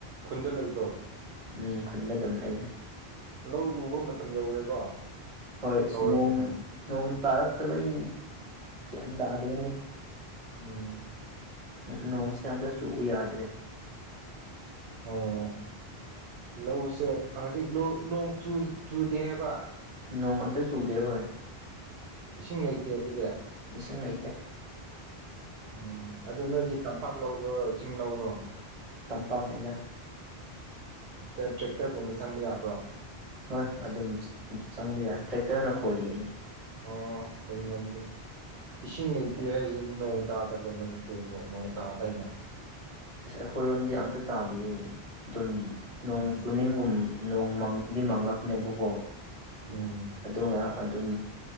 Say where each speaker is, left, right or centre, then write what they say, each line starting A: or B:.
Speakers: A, on the right; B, on the right.
A: ꯈꯨꯟꯗ ꯂꯩꯕ꯭ꯔꯣ
B: ꯎꯝ ꯈꯨꯟꯗ ꯑꯗꯨꯝ ꯂꯩꯗ
A: ꯂꯧ ꯎꯕ ꯃꯇꯝ ꯌꯧꯔꯦꯀꯣ
B: ꯍꯣꯏ ꯑꯁ
A: ꯍꯧꯔꯕꯅ
B: ꯅꯣꯡ ꯅꯣꯡ ꯇꯥꯔꯛꯇꯕꯩ ꯒ꯭ꯌꯥꯟ ꯇꯥꯗ꯭ꯔꯦꯅꯦ
A: ꯑꯣꯝ
B: ꯅꯣꯡꯁꯦ ꯑꯝꯇ ꯆꯨ ꯌꯥꯗ꯭ꯔꯦ
A: ꯑꯣ ꯂꯧꯁꯦ ꯍꯧꯖꯤꯛ ꯅꯣꯡ ꯆꯨꯗꯦ ꯍꯥꯏꯕ
B: ꯅꯣꯡ ꯑꯝꯇ ꯆꯨꯗꯦ ꯍꯣꯏ
A: ꯏꯁꯤꯡ ꯂꯩꯇꯦ ꯑꯗꯨꯗꯤ
B: ꯏꯁꯤꯡ ꯂꯩꯇꯦ
A: ꯎꯝ ꯑꯗꯨ ꯅꯣꯏꯗꯤ ꯇꯝꯄꯥꯛ ꯂꯧꯔꯣ ꯆꯤꯡ ꯂꯧꯔꯣ
B: ꯇꯝꯄꯥꯛꯅꯤꯗ
A: ꯑꯣ ꯇ꯭ꯔꯦꯛꯇꯔꯒꯨꯝꯕ ꯆꯪꯕ ꯌꯥꯕ꯭ꯔꯣ
B: ꯍꯣꯏ ꯑꯗꯨꯝ ꯆꯪꯕ ꯌꯥꯏ ꯇ꯭ꯔꯦꯛꯇꯔꯅ ꯈꯣꯏꯔꯤꯕꯅꯤ
A: ꯑꯥ ꯍꯩꯅ ꯑꯗꯨꯗꯤ ꯏꯁꯤꯡ ꯂꯩꯇꯦ ꯍꯥꯏꯔꯤꯁꯤꯗꯤ ꯅꯣꯡ ꯇꯥꯗꯕ꯭ꯔꯣ ꯃꯅꯤꯄꯨꯔꯕꯨꯣ ꯅꯣꯡ ꯇꯥꯗꯥꯏꯅꯦ
B: ꯑꯁ ꯑꯩꯈꯣꯏꯔꯣꯝꯗꯤ ꯑꯝꯇ ꯇꯥꯗꯦ ꯑꯗꯨꯝ ꯅꯣꯡ
A: ꯎꯝ
B: ꯆꯨꯅꯤꯡꯒꯨꯝ ꯅꯣꯡ ꯃꯪꯗꯤ ꯃꯪꯂꯪꯂꯛꯄꯅꯦꯕꯀꯣ
A: ꯎꯝ
B: ꯑꯗꯨꯒ ꯑꯗꯨꯝ